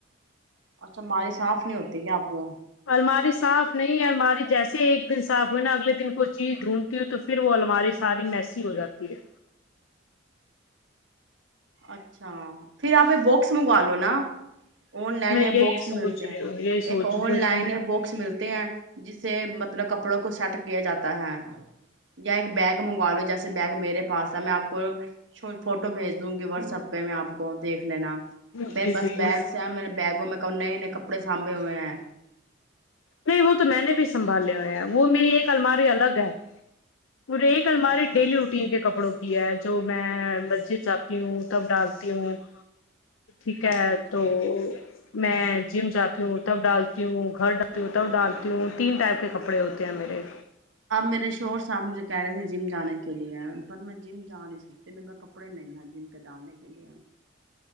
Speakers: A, on the right; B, on the left.
A: اچھا ماری صاف نہیں ہوتی کیا آپ کو
B: الماری صاف نہیں ہے الماری جیسے ایک دن صاف ہوئے نا اگلے دن کوئی چیز ڈھونڈتی ہوں تو پھر وہ الماری ساری میسی ہو جاتی ہے
A: اچھا پھر آپ ایک باکس منگوا لو نا آن لائن
B: میں
A: یہ
B: یہی
A: بکس
B: سوچ
A: ملتے
B: رہی
A: ہیں
B: ہوں یہی سوچ
A: ایک آن
B: رہی
A: لائن
B: ہوں
A: یہ بکس ملتے ہیں جسے مطلب کپڑوں کو سیٹ کیا جاتا ہے یا ایک بیگ منگوا لو جیسے بیگ میرے پاس ہے میں آپ کو فوٹو بھیج دوں گی واٹسپ پہ میں آپ کو دیکھ لینا میرے
B: جی جی
A: پاس بیگس ہیں میں نے بیگوں میں کپڑے سانبے ہو میںئے ہے
B: نہیں وہ تو میں نے بھی سنبالے ہو ہے وہ میری ایک الماری الگ ہے وہے ایک ال ہماریے
A: اچھا
B: ڈیلی روٹین کے کپڑوں کو جو میں مسجد جاتی ہوں تب ڈالتی ہوں ٹھیک ہے
A: اچھا اچھا
B: تو میں جم جاتی ہوں تب ڈالتی ہوں گھر تی تب ڈالتی ہوں تین ٹائپ کے کپڑے ہوتے ہیں میرے
A: اب میرے شور صاحب مجھے کہہ رہے تھے جم جانے کے لیے پر میں جم جا نہیں سکتی میرے پا کپڑے نہیں ہیں جم کے ڈالنے کے لیے